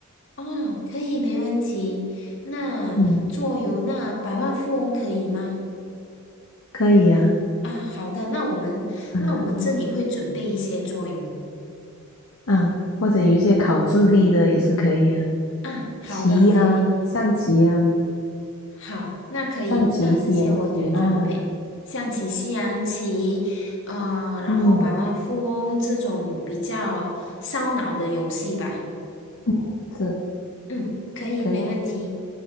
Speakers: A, on the left (about 60°); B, on the left (about 75°).
A: 哦，可以，没问题。那桌游，
B: 嗯，
A: 那百万富翁可以吗？
B: 可以啊，
A: 啊，好的，那我们那我们这里会准备一些桌游
B: 啊，嗯，或者有一些考智力的也是可以啊，
A: 啊，好的，
B: 棋呀、
A: 可以，
B: 象棋呀、
A: 好，那可以，
B: 象棋、
A: 那这些我有准备，
B: 西洋棋啊，
A: 象棋、西洋棋，啊，然后百万富翁这种比较烧脑的游戏吧。
B: 嗯嗯，是
A: 嗯，可以，
B: 可以，
A: 没问题。